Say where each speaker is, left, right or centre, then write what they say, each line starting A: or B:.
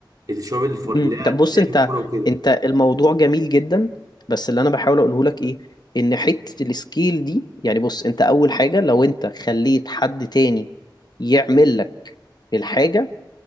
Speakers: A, on the right; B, on the left.
A: الشباب اللي الفر-
B: مم.
A: اللي هي
B: طب بص
A: لعيبه
B: انت
A: الكوره وكده
B: انت الموضوع جميل جدا بس اللي انا بحاول اقوله لك ايه ان حتة السكيل دي يعني بص انت اول حاجة لو انت خليت حد تاني يعمل لك الحاجة